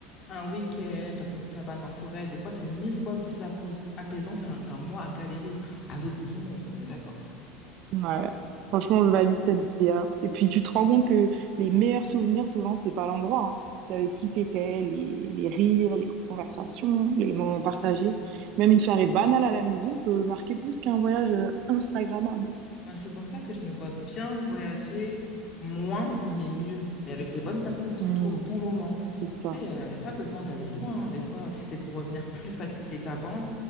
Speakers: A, on the left; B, on the right.
A: Un week-end dans une cabane en forêt, des fois, c'est mille fois plus apos- apaisant qu'un qu'un mois à galérer à l'autre bout du monde. On est d'accord.
B: Ouais, franchement, je valide cette DA. Et puis, tu te rends compte que les meilleurs souvenirs, souvent, c'est pas l'endroit, hein. C'est avec qui t'étais, les, les rires, les conversations, les moments partagés. Même une soirée banale à la maison peut marquer plus qu'un voyage euh, Instagrammable.
A: Ouais, C'est pour ça que je me vois bien voyager moins, mais mieux. Mais avec les bonnes personnes, surtout
B: Hmm,
A: au bon moment.
B: c'est ça.
A: Tu sais, il n'y a, y a pas besoin d'aller loin. hein. Des fois, si c'est pour revenir plus fatigué qu'avant,